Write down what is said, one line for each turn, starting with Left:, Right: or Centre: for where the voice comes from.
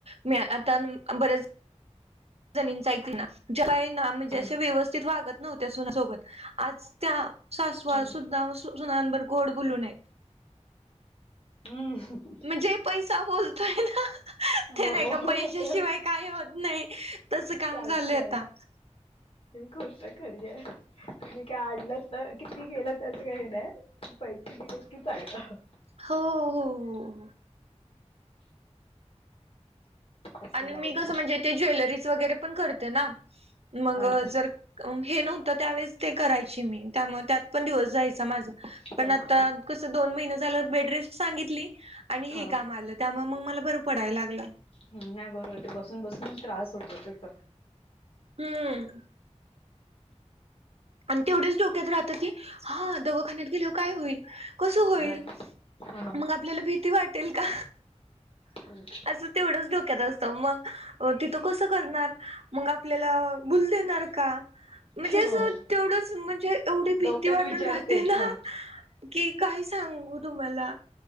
Right: मी आता बरेच जणींच ऐकणार. ज्याला हाय ना म्हणजे
Left: हम्म
Right: असे व्यवस्थित वागत नव्हत्या सुनासोबत. आज त्या सासवा
Left: हम्म
Right: सुद्धा सुनांबरोबर गोड बोलून हायत.
Left: अं.
Right: म्हणजे पैसा बोलतोय ना. ते
Left: हो
Right: नाही का पैशाशिवाय
Left: ते
Right: काय होत नाही. तसं काम
Left: काहीच
Right: झालंय
Left: नाही
Right: आता.
Left: ही गोष्ट खरी हाय. मग काढलं तर, किती केलं त्याच काही नाही. पैसे दिले की चांगलं.
Right: हो हो हो हो.
Left: असं
Right: आणि
Left: जाऊ
Right: मी
Left: दे
Right: कसं म्हणजे ते ज्वेलरचं वगैरे पण करते ना. मग
Left: अच्छा
Right: जर हे नव्हतं त्यावेेळेस ते करायची मी, त्यामुळे त्यात पण दिवस जायचा माझा. पण
Left: जायचं
Right: आता कसं दोन महिन झालं बेडरेस्ट सांगितली आणि
Left: हा
Right: हे काम आलं, त्यामुळे मग मला बर पडाय लागलं.
Left: नाही बरोबर हाय, ते बसून बसून पण त्रास होतो त्याचा.
Right: हम्म. आणि तेवढ्याच डोक्यात राहत की, हा दवाखान्यात गेल्यावर काय होईल? कसं होईल,
Left: हा हा
Right: मग आपल्याला भीती वाटेल का?
Left: हं.
Right: असं तेवढंच डोक्यात असतं मग अ तिथं कसं करणार? मग आपल्याला भूल देणार का? म्हणजे
Left: हो
Right: असं तेवढच म्हणजे एवढी भीती
Left: डोक्यात
Right: वाटून
Left: विचारतेच
Right: राहते ना
Left: हा
Right: की काय सांगू तुम्हाला